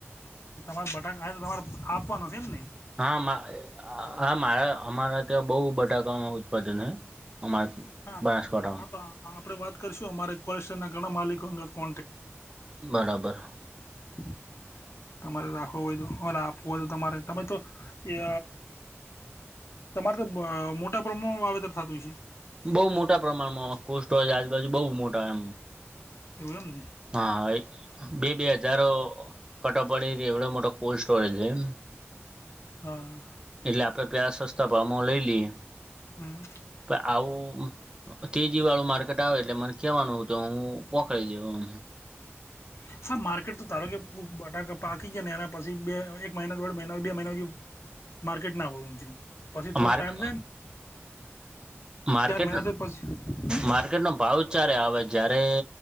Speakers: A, on the left (about 65°); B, on the right (about 20°).
A: તમારે બટાકાાય તો તમારે આપવાનો છે, એમ નહી.
B: <unintelligible> હા મારા અમારા ત્યાં બહુ બટાકાનું ઉત્પાદન છેય અમારા
A: હા
B: બનાસકાંઠામાં
A: હા તો આપડે વાત કરીશું અમારે કોલેજ ના ઘણા માલિક અંગત કો
B: બરાબર
A: <inaudible> તમારે રાખવું હોય તો અને આપવું હોય તો તમારે તમે તો એ તમારે તો મોટા પ્રમાણ વાવેતર થતું છે.
B: બહુ મોટા પ્રમાણમાં કો સો છે આજુબાજુ બહુ મોટા એમ
A: <unintelligible>
B: હા હા બે બે હજારો કટો પડી એવડો મોટો કોલ્ડ સ્ટોરેજ છે એમ
A: હા
B: એટલે આપડે પ્યાાર સસ્તા ભમ લઈ લઈએ
A: હમ
B: તો આવુ તેજી વાળું માર્કેટ આવે એટલે મને કેવાનું તો હું પોકડીી દેવમ
A: <inaudible> હા માર્કેટ તો તારો કે બટાકા પાકી જાય ને એના પછી બે એક મહિના દોઢ મહિના બે મહિના જે માર્કેટ ના આવવા ઊ પછી થોડો
B: માર્ક
A: ટાઈમ દ
B: માર્કેટ
A: મહિના તો પછી હમ
B: માર્કેટનોો ભાવ ચારે આવે જારે